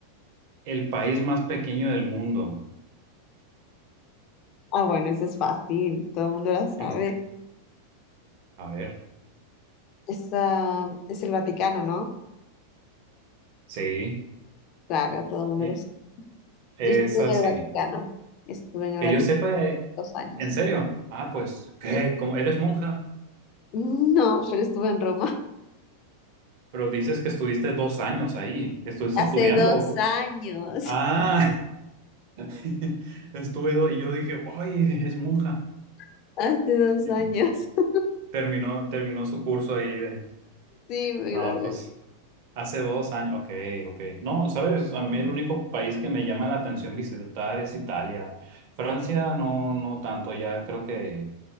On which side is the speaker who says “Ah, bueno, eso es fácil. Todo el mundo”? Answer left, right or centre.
Left